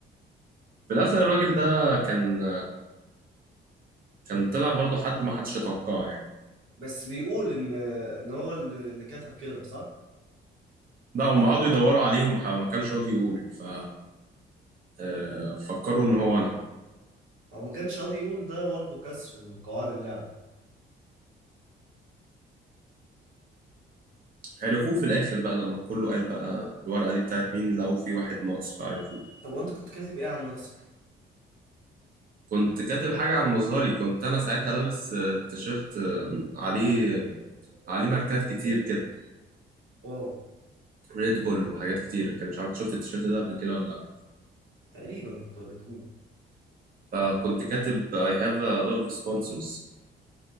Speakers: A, on the right (about 45°); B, on the right (about 80°).
A: في الاخر الراجل ده كان كان طلع برضه حد ما حدش يتوقعه يعني
B: بس بيقول ان ان هو اللي اللي كتب كده صح؟
A: ده هم قعدوا يدوروا عليه وما ح- ما كانش راضي يقول ف آه، فكروا ان هو انا
B: هو ما كانش راضي يقول ده برضه كسر لقواعد اللعبة
A: عرفوه في الاخر بقى لما كله قال بقى الورقه دي بتاعت مين لقوا في واحد ناقص فعرفوه
B: طب وانت كنت كاتب ايه عن نفسك؟
A: كنت كاتب حاجة عن مظهري كنت أنا ساعتها لابس آه، تيشيرت آه، عليه عليه ماركات كتير كده
B: اه
A: ريد بول وحاجات كتيرة كان مش عارف شفت التيشيرت ده قبل كده ولا لأ
B: تقريبا كنت قريته
A: فكنت كاتب I have a lot of sponsors